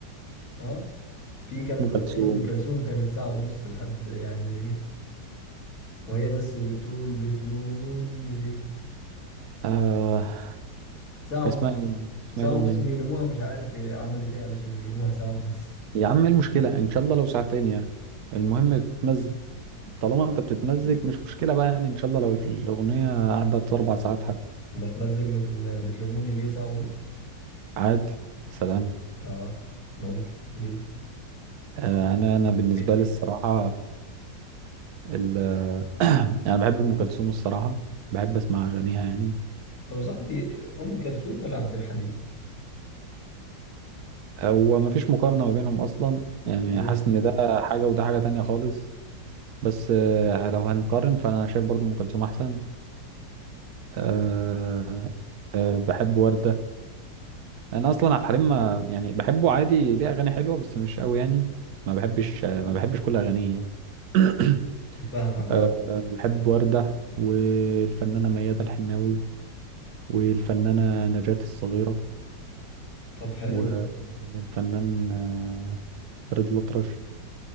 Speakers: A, on the left (about 55°); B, on the right (about 60°).
A: اه في كانت
B: ام كلثوم
A: أغنية لأم كلثوم كانت ساعة ونص لحد يعني إيه وهي بس بتقول بتلوموني ليه
B: آه
A: ساعة ونص
B: اسمها ايه اسمها
A: ساعة
B: ايه الاغنيه
A: ونص بيلوموها مش عارف هي عملت إيه علشان يلوموها ساعة ونص
B: يا عم ايه المشكله ان شاء الله لو ساعتين يعني المهم بتمزج طالما
A: <laughs>
B: انت
A: آه.
B: بتتمزج مش مشكله بقى يعني ان شاء الله لو الاغنيه قعدت اربع ساعات حتى
A: بتمزج من بتلوموني ليه ساعة ونص
B: عاد سلام
A: آه ممكن ليه
B: آه انا انا بالنسبه
A: إيه.
B: لي الصراحه ال <clears throat> انا بحب ام كلثوم الصراحه بحب اسمع اغانيها يعني
A: طب يا صاحبي أم كلثوم ولا عبد الحليم
B: هو مفيش مقارنه ما بينهم اصلا يعني
A: ليه
B: حاسس ان ده حاجه وده حاجه تانية خالص بس آه، لو هنقارن فانا شايف برضو ام كلثوم احسن أه أه بحب وردة انا اصلا عبد الحليم ما يعني بحبه عادي ليه اغاني حلوة بس مش قوي يعني ما بحبش آه، ما بحبش كل اغانيه يعني <coughs>
A: فاهمك
B: <clears throat> أه
A: آه آه.
B: آه، بحب وردة والفنانة ميادة الحناوي والفنانة نجاة الصغيرة
A: طب حلو
B: والفنان
A: ده
B: آه، فريد الأطرش